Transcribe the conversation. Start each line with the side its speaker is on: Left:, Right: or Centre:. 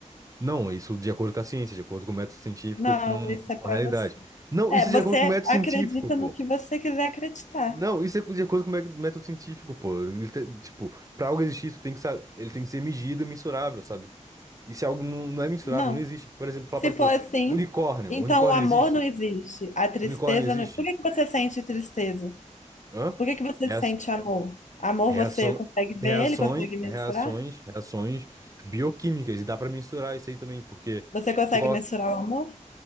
Right: Não, isso de acordo com a ciência, de acordo com o método científico,
Left: Não,
Right: com
Left: isso é
Right: com
Left: pra
Right: a realidade.
Left: você.
Right: Não,
Left: É,
Right: isso
Left: você
Right: é de acordo com o método
Left: acredita
Right: científico, pô.
Left: no que você quiser acreditar.
Right: Não, isso é de acordo com o mé- método científico, pô. Ele te- tipo, pra algo existir, isso tem que, sa- ele tem que ser medido e mensurável, sabe? E se algo não, não é mensurável,
Left: Não.
Right: não existe. Por exemplo, falar
Left: Se
Right: pra
Left: for
Right: tu,
Left: assim,
Right: unicórnio,
Left: então
Right: unicórnio
Left: o amor
Right: existe?
Left: não existe. A tristeza
Right: Unicórnio existe?
Left: não. Por que que você sente tristeza?
Right: Hã?
Left: Por que que você
Right: Reaço-
Left: sente amor? Amor
Right: Reação,
Left: você consegue
Right: reações,
Left: ver ele, consegue mensurar?
Right: reações, reações bioquímicas, e dá pra mensurar isso aí também, porque
Left: Você
Right: se
Left: consegue
Right: tu
Left: mensurar o amor?